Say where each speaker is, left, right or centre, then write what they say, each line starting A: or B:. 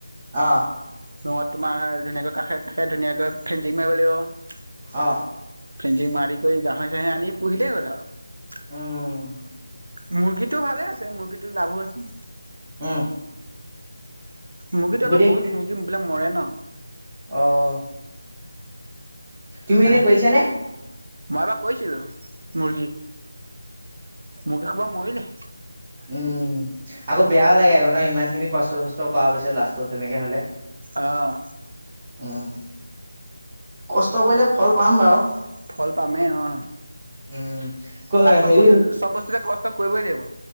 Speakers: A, on the right; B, on the right.
A: অ '
B: ৰুমত তোমাৰ ধুনীয়াকৈ কাষে-কাষে ধুনীয়াকৈ ফেঞ্চিং মাৰিব লাগিব।
A: অ
B: ফেঞ্চি মাৰ কৰি গাহয়ি আনি পুহিলে হ'লা আৰু
A: উম।
B: মুৰ্গীটোও ভালে আছে। মুৰ্গীটো লাভো আছে।
A: উম।
B: মুৰ্গীটো আকৌ,
A: গোটেই
B: বহুত মুৰ্গী বিলাক। মৰে ন।
A: অ তুমি
B: হা
A: এনে কৰিছা নে
B: মই এবাৰ কৰিছিলো। মুৰ্গী, মুৰ্গী সোপা মৰিলে।
A: উম। আকৌ বেয়াও লাগে ন ইমান খিনি কষ্ট চষ্ট কোৱা পিছত লাষ্টত তেনেকে হলে
B: আহ।
A: উম কষ্ট কৰিলে ফল পাম বাৰু।
B: ফল পামেই অ।
A: উম। ক
B: <unintelligible>
A: হেৰি
B: কৰিবই লাগিব।